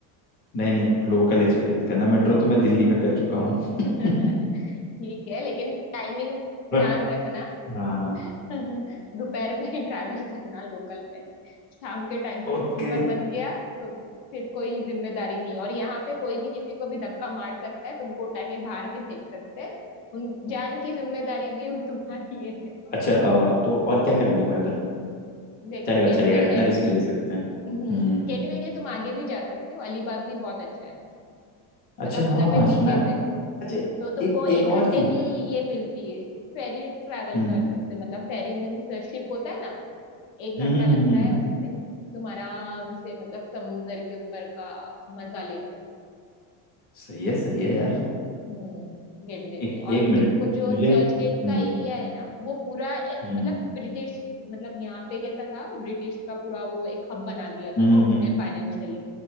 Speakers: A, on the left; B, on the left.
A: नहीं नहीं लोकल एक्सपीरियंस करना मेट्रो तो मैं दिल्ली का कर चुका हूँ
B: <laughs>
A: <laughs>
B: ठीक है लेकिन टाइमिंग ध्यान
A: बट
B: रखना
A: हाँ
B: <laughs> दोपहर में ही ट्रैवल करना लोकल में शाम के टाइम पे कुछ
A: ओके
B: ऊपर बन गया तो फिर कोई जिम्मेदारी नहीं और यहाँ पे कोई भी किसी को भी धक्का मार सकता है तुमको उठा के बाहर भी फेंक सकते हैं उन जान की जिम्मेदारी भी <laughs> वो तुम्हारी है
A: अच्छा अ, तो और क्या क्या घूमने को है उधर
B: देखो
A: चलेगा
B: गेटवे
A: चलेगा इतना
B: है
A: रिस्क ले सकते हैं हम्म
B: गेटवे के तुम आगे भी जा सकते हो अलीबाग भी बहुत अच्छा है
A: अच्छा
B: मतलब
A: हाँ
B: उधर पे
A: सुना
B: बीचेस
A: है मैंने।
B: है
A: अच्छा
B: तो तुमको
A: एक
B: एक
A: एक और
B: घंटे
A: चीज
B: की ये मिलती है फेरी ट्रैवल
A: हम्म
B: कर सकते हो मतलब फेरी मीन्स शिप होता है ना एक
A: हम्म
B: घंटा
A: हम्म
B: लगता
A: हम्म, हम्म,
B: है
A: हम्म।
B: उसमें तुम आराम से मतलब समुंदर के ऊपर का मजा ले सकते हो।
A: सही है सही है यार
B: हम्म गेटवे
A: एक
B: पे और
A: एक मिनट
B: तुमको जो
A: मुझे
B: चर्च
A: एक
B: गेट
A: हम्म
B: का एरिया है ना वो पूरा ए-
A: हम्म
B: मतलब ब्रिटिश मतलब यहाँ पे कैसा था ब्रिटिश का पूरा वो एक हब बना दिया था
A: हम्म
B: ना
A: हम्म,
B: उन्होंने
A: हम्म,
B: फाइनेंशियली